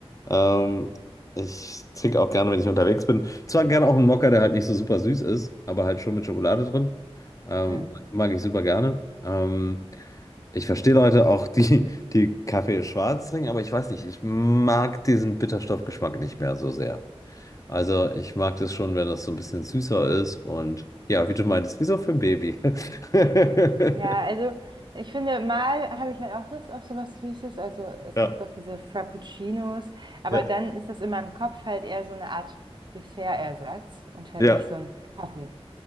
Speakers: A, on the left; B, on the right.
A: Ähm, ich trinke auch gerne, wenn ich unterwegs bin. Zwar gerne auch einen Mokka, der halt nicht so super süß ist, aber halt schon mit Schokolade drin. Ähm,
B: Hm.
A: mag ich super gerne. Ähm, ich verstehe Leute auch, die, die Kaffee schwarz trinken, aber ich weiß nicht, ich mag diesen Bitterstoffgeschmack nicht mehr so sehr. Also ich mag das schon, wenn das so ein bisschen süßer ist und ja, wie du meintest, wie so für ein Baby. <laughs>
B: Ja, also ich finde, mal habe ich halt auch Lust auf sowas Süßes. Also es
A: Ja,
B: gibt doch diese Frappuccinos, aber
A: ja,
B: dann ist das in meinem Kopf halt eher so eine Art Dessertersatz und halt
A: ja.
B: nicht so ein Kaffee.